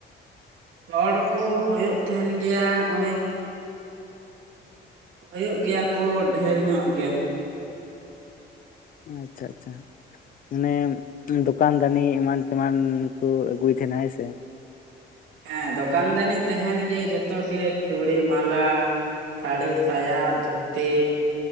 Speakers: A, on the right (about 85°); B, on the left (about 45°).
A: ᱦᱚᱲ ᱠᱚ ᱦᱩᱭᱩᱜ ᱛᱟᱦᱮᱱ ᱜᱮᱭᱟ ᱳᱭ ᱦᱩᱭᱩᱜ ᱜᱮᱭᱟ ᱠᱚ ᱰᱷᱮᱨ ᱧᱚᱜ ᱜᱮ
B: ᱟᱪᱪᱷᱟ ᱟᱪᱪᱷᱟ ᱢᱟᱱᱮ ᱫᱚᱠᱟᱱ ᱫᱟᱱᱤ ᱮᱢᱟᱱ ᱛᱮᱢᱟᱱ ᱠᱚ ᱟᱹᱜᱩᱭ ᱛᱟᱦᱮᱸᱱᱟ ᱦᱮᱥᱮ
A: ᱦᱮᱸ ᱫᱚᱠᱟᱱ ᱫᱟᱱᱤ ᱛᱟᱦᱮᱱ ᱜᱮ ᱡᱚᱛᱚ ᱜᱮ ᱪᱩᱲᱤ ᱢᱟᱞᱟ ᱥᱟᱲᱤ ᱥᱟᱭᱟ ᱫᱷᱩᱛᱤ